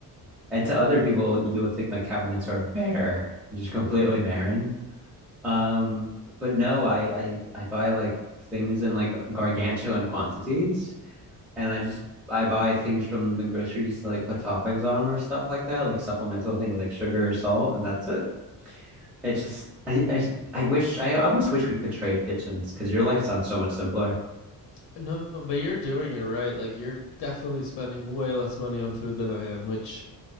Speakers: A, in the centre; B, on the left.
A: And to other people, you would think my cabinets are bare, just completely barren. Um, but no, I I I buy like things in like gargantuan quantities and I just I buy things from the groceries to like put toppings on or stuff like that, like supplemental things like sugar or salt, and that's it. It just I I, I wish I almost wish we could trade kitchens because your life sounds so much simpler.
B: No, but you're doing it right. Like, you're definitely spending way less money on food than I am, which